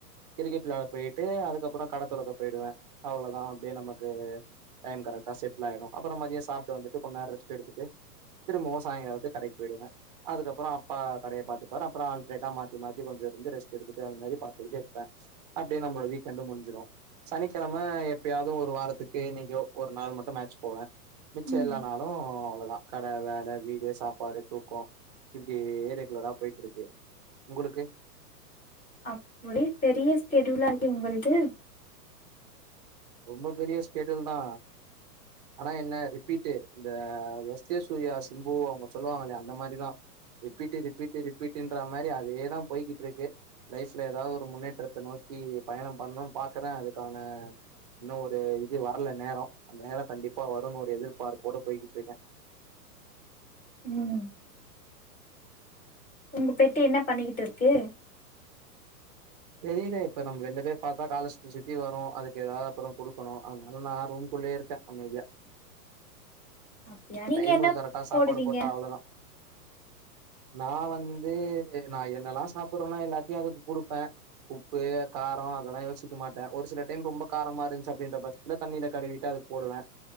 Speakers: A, on the right; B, on the left.
A: கிரிக்கெட்ளாட போய்ட்டு அதுக்கப்பறோ கடை தொறக்க போயிடுவ. அவ்ளோதா அப்டியே நமக்கு டைம் கரெக்டா செட்ல் ஆய்டு. அப்புறோ மதிய சாப்ட்டு வந்துட்டு கொஞ்நேரோ ரெஸ்ட் எடுத்துட்டு திரும்பவு சாயங்காலத்துக் கடைக்கு போய்டுவ. அதுக்கப்பறோ அப்பா கடைய பாத்துப்பாரு. அப்றோ ஆல்ட்ரேட்டா மாத்தி மாத்தி கொஞ்சோ இருந்து ரெஸ்ட் எடுத்துட்டு அது மாரி பார்த்துக்கட்டே இருப்ப. அப்டியே நம்ளோட வீக்கெண்டண்டும் முடுஞ்சுடு. சனிக்கிழமை எப்பயாது ஒரு வாரத்துக்கு என்னிக்கோ ஒரு நாள் மட்டு மேட்ச் போவ. மிச்சோ
B: ம்
A: எல்லாநாலூ வ்லதா க. வேல வேல, வீடு சாப்பாடு, தூக்கோ இப்டியே ரெகுலரா போயிட்டு இருக்கு. உங்களுக்கு
B: அப்படீ பெரிய ஸ்டெடியூலா இருக்கே உங்குள்து
A: ரொம்ப பெரிய ஸ்டெடில்தா ஆனா என்ன ரிப்பீட்டு் இந்த எஸ் ஜே சூரியா சிம்பு அவுங்க சொல்லுவாங்கலே அந்த மாரிதா ரிப்பீட்டு ரிப்பீட்டு ரிப்பீட்டுன்றா மாரி அதேதா போயிகிட்டிருக்கு. லைஃப்ல ஏதாது ஒரு முன்னேற்றத்த நோக்கி பயணம் பண்ணுனு பாக்குற அதுக்கான இன்னு ஒரு இது வர்ல நேரோ. அந்த நேரோ கண்டிப்பா வருன்னு ஒரு எதிர்பார்ப்போட போய்கிட்டுருக்க.
B: ம் உங்க பெட்டு என்ன பண்ணிகிட்டு இருக்கு?
A: தெரீல இப்ப நம்ம வெள்ல போய் பாத்தா கால சுத்தி சுத்தி வரு. அதுக்கு ஏதாது அப்புறோ குடுக்கணு. அதனால நா ரூம்குள்ளே இருக்க. அமைதியா
B: அப்டியா நீங்க
A: டைமுக்கு
B: என்ன
A: கரெக்டா சாப்பாடு
B: போடுவீங்க
A: போட்டா அவ்ளோதா. நா வந்து நா என்னல்லா சாப்படறனோ எல்லாத்தியு அதுக்கு குடுப்ப. உப்பு காரோ அதெல்லா யோசிக்க மாட்ட. ஒரு சில டைம் ரொம்ப காரமா இருந்துச்சு அப்டின்ற பட்சத்துல தண்ணீல கழுவிட்டு அதுக் போடுவ.